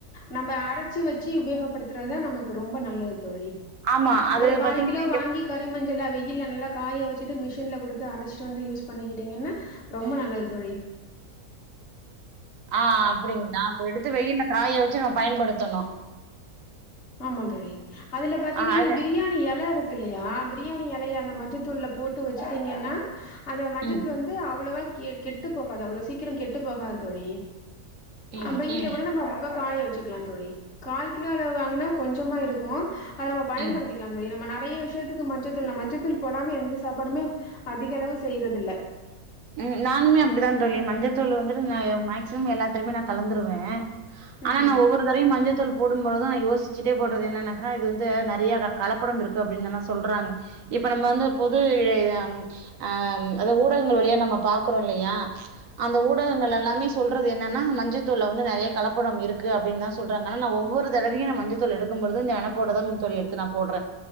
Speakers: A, on the left; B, on the right.
A: நம்ப அரச்சி வெச்சு உபயோகப்படுத்துறதா நமக்கு ரொம்ப நல்லது தோழி
B: ஆமா அது
A: ஒரு கால்
B: பாத்தீங்கன்னா
A: கிலோ வாங்கி கறி மஞ்சளா வெயில்ல நல்லா காய வெச்சிட்டு மிஷின்ல குடுத்து அரைச்சிட்டு வந்து யூஸ் பண்ணிக்கிட்டீங்கன்னா ரொம்ப நல்லது தோழி
B: ஆ அப்டிங்களா அப்ப எடுத்து வெயில காய வெச்சு நம்ம பயன்படுத்தணு
A: ஆமா தோழி அதுல பாத்தீங்கன்னா
B: ஆ அது
A: இந்த பிரியாணி எல இருக் க்கில்லயா பிரியாணி எலைய அந்த மஞ்சத்தூள்ள போட்டு வச்சட்டீங்கன்னா அந்த மஞ்சத்தூள்
B: ம்
A: வந் து அவ்ளோவா கெ கெட்டு போகாது அவ்ளோ சீக்கிரோ கெட்டு போகாது தோழி
B: ம்
A: அ வெயில்ல
B: ம்
A: கூட நம்ம அப்பப்ப காய வெச்சுக்கலா தோழி கால் கிலோ அளவு னா கொஞ்சமா இருக்கு அத நம்ம பயன்படுத்திக்
B: ம்
A: கலா தோழி நம்ம நெறைய விஷயத்துக்கு மஞ்சத்தூள் நா மஞ்சத்தூள் போடாம எந்த சாப்பாடுமே அதிகளவு செய்யறது இல்ல
B: ம் நானுமே அப்படிதா தோழி மஞ்சத்தூள் வந்துட்டு நா மேக்சிமம் எல்லாத்துலையுமே நா கலந்துருவே ஆனா
A: ம்
B: நா ஒவ்வொரு தரையு மஞ்சத்தூள் போடும்பொழுது நா யோசிச்சுட்டே போடுறது என்னனாகா இது வந்து நெறைய க கலப்படம் இருக்கு அப்டின் தானே சொல்றாங்க இப்ப நம்ம வந்து பொது அம் அம் அதா ஊடக ங்கள் வழியா நம்ம பாக்குறோ இல்லையா அந்த ஊடகங்கள் எல்லாமே சொல்றது என்னன்னா மஞ்சத்தூள்ள வந்து நெறைய கலப்படம் இருக்கு அப்டின்னு தா சொ சொல்றாங்க ஆனா நா ஒவ்வொரு தடவையு நா மஞ்சத்தூள் எடுக்கும் பொழுது இந்த நெனப்போட தா தோழி எடுத்து நா போடுறே